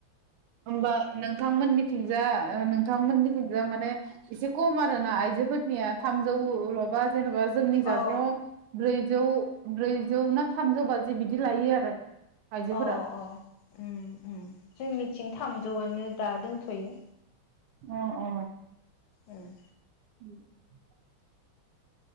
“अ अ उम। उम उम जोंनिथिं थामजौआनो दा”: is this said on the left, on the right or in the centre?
Left